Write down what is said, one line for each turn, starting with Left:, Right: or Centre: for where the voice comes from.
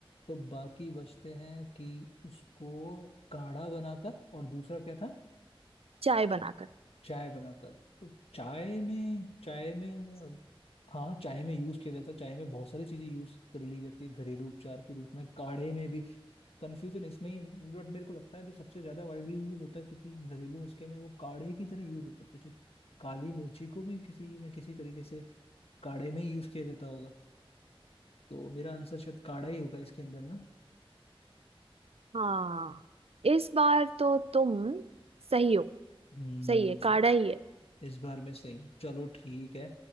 Left: तो बाकी बचते हैं कि उसको काढ़ा बनाकर और दूसरा क्या था
Right: चाय बनाकर
Left: चाय बनाकर तो चाय में चाय में अ, हाँ चाय में यूज किया जाता है चाय में बहुत सारी चीजें यूज कर ली जाती है घरेलू उपचार के रूप में काढ़े में भी कंफ्यूजन इसमें ही बट मेरे को लगता है जो सबसे ज्यादा वाइडली यूज होता है किसी घरेलू उसके में वो काढ़े की तरह यूज होता है कुछ काली मिर्ची को भी किसी न किसी तरीके से काढ़े में ही यूज किया जाता होगा तो मेरा आंसर शायद काढ़ा ही होगा इसके अंदर ना
Right: हाँ इस बार तो तुम सही हो
Left: हम्म
Right: सही है काढ़ा ही है
Left: इस बार मैं सेम चलो ठीक है